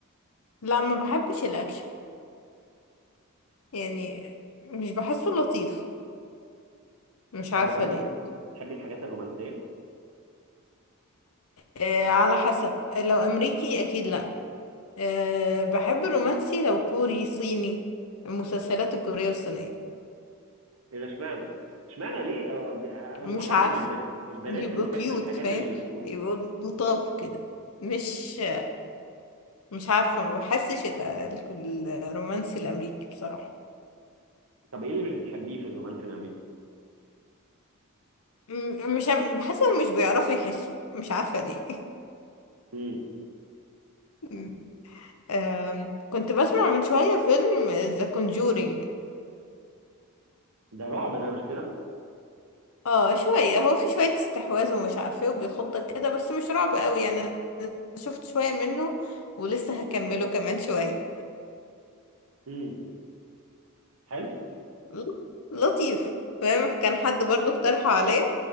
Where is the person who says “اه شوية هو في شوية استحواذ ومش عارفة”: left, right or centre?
Left